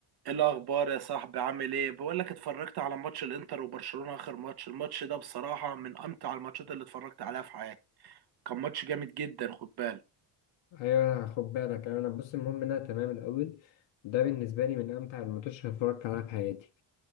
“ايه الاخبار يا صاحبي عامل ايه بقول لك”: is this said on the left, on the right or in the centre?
Right